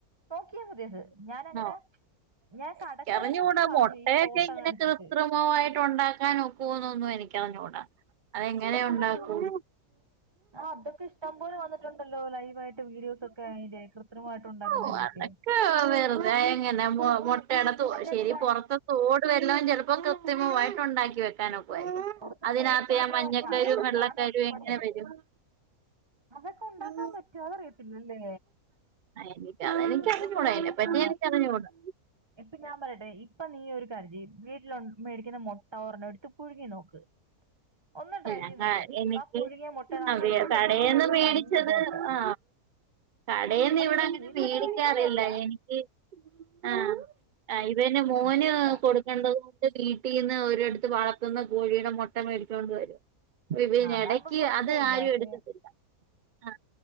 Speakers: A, on the right (about 20°); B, on the right (about 70°).
A: നോക്കിയാൽ മതിയ അത് ഞാനങ്ങനെ
B: ആ,
A: ഞാൻ കടക്കാരായിടത്ത്
B: എനിക്കറിഞ്ഞൂടാ
A: പോയി
B: മുട്ടയൊക്കെ
A: പറഞ്ഞു ഈ ഫോട്ടോ
B: ഇങ്ങനെ
A: അടിച്ചിട്ട്
B: കൃത്രിമയിട്ട് ഉണ്ടാക്കാൻ ഒക്കൂമോ എന്നൊന്നും എനിക്കറിഞ്ഞൂടാ അതെങ്ങനെ
A: അതൊക്കെ
B: ഉണ്ടാക്കും
A: പറ്റും ആ അതൊക്കെ ഇഷ്ടം പോലെ വന്നിട്ടുണ്ടല്ലോ ലൈവായിട്ട് വീഡിയോസൊക്കെ അതിന്റെ കൃത്രിമമായിട്ട് ഉണ്ടാക്കുന്നതിന്റെയൊക്കെ
B: ഓ അതൊക്കെ വെറുതെ എങ്ങനെ മുട്ട അടത്ത്
A: അല്ലല്ല
B: ശരി പൊറത്തേ തോടു വല്ലും ചിലപ്പോ കൃത്രിമമായിട്ട് ഉണ്ടാക്കി വെക്കാനൊ
A: പുറത്ത്
B: അതിനകത്തെ
A: തോട് മാത്രമല്ല
B: ആ മഞ്ഞക്കരും
A: അകത്തെ
B: വെള്ളക്കരും
A: സാധനം ഉൾപ്പെടെ
B: എങ്ങനെ വരും
A: അതൊക്കെ ഉണ്ടാക്കാൻ
B: അത്
A: പറ്റുവോ അതറിയത്തില്ലല്ലേ
B: എനിക്ക്
A: കൃത്രിമമായിട്ട്
B: എനിക്കറിഞ്ഞൂടാ അതിനെപറ്റി
A: ആ
B: എനിക്കറിഞ്ഞൂടാ
A: ഇപ്പൊ ഞാൻ പറയട്ടെ ഇപ്പൊ നീ ഒരു കാര്യം ചെയ് വീട്ടിലു മേടിക്കുന്ന മൊട്ട ഒരെണ്ണം എടുത്ത് പുഴുങ്ങി നോക്ക് <inaudible> ട്രൈ
B: ങ്ങ
A: ചെയ്ത് നോക്ക്
B: എനിക്ക്
A: ആ പുഴുങ്ങിയ മുട്ടനകത്ത്
B: അറിയാം
A: എവിടെയെങ്കിലും
B: കടേന്ന്
A: ഒരു
B: മേടിച്ചത്
A: മഞ്ഞ ഡോട്ട്
B: ആ കടേന്ന്
A: നമ്മളിപ്പോ
B: ഇവിടെ അങ്ങനെ
A: വീട്ടിൽ
B: മേടിക്കാറില്ല
A: നിന്ന് മേടിക്കുന്നതല്ല
B: എനിക്ക് ആ ആ ഇവന് മോന്
A: അതുകൊണ്ടാ
B: കൊടുക്കേണ്ടത് ഇല്ല വീട്ടിൽ നിന്ന് ഒരിടുത്ത് വളർത്തുന്ന കോഴിയുടെ മുട്ട മേടിച്ചോണ്ട് വരും ഇതിന്
A: അതാകുമ്പോ
B: ഇടക്ക്
A: പ്രശ്നമില്ല
B: അത് ആരും
A: പക്ഷെ
B: എടുത്തിട്ടില്ല ആ